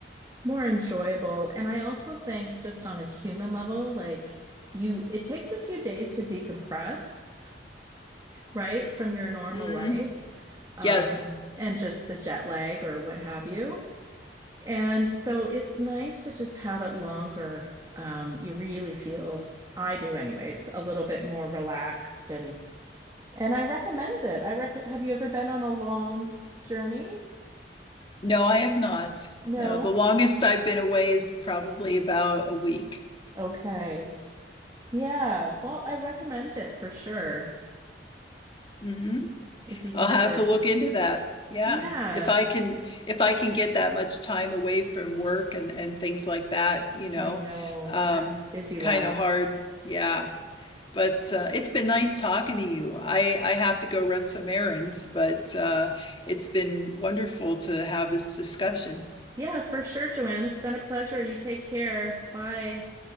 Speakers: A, on the right; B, on the left.
A: more enjoyable. And I also think just on a human level, like you, it takes a few days to decompress right, from your normal
B: hmm
A: life. um,
B: Yes.
A: and just the jet lag or what have you. And so it's nice to just have it longer. Um, you really feel, I do anyways, a little bit more relaxed and and I recommend it. I rec have you ever been on a long journey?
B: No, I have not.
A: No?
B: No, the longest I've been away is probably about a week.
A: Okay. Yeah. Well, I recommend it for sure.
B: hmm
A: If you
B: I'll
A: can
B: have
A: ever.
B: to look into that. Yeah.
A: Yeah,
B: If I can if I can get that much time away from work and and things like that, you know.
A: I know.
B: Um
A: Our busy
B: it's kind
A: lives.
B: of hard. Yeah. But uh, it's been nice talking to you. I I have to go run some errands, but uh it's been wonderful to have this discussion.
A: Yeah, for sure, Joanne. It's been a pleasure. You take care. Bye.